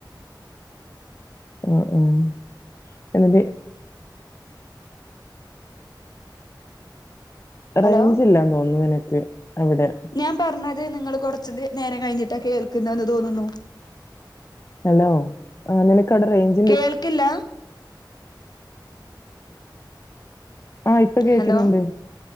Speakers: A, on the left; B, on the left.
A: ആഹ് ആഹ് എന്നിട്ട്
B: ഹലോ
A: റേഞ്ച് ഇല്ലാ തോന്ന നിനക്ക് അവിടെ
B: ഞാൻ പറഞ്ഞത് നിങ്ങൾ കുറച്ച നേരം കഴിഞ്ഞിട്ടാണ് കേൾക്കുന്ന എന്ന് തോന്നുന്നു
A: ഹലോ ആഹ് നിനക്ക്വിടെ റേച്
B: കേൾക്കില്ല
A: ആഹ് ഇപ്പൊ കേൾക്കുന്നുണ്ട്
B: ഹലോ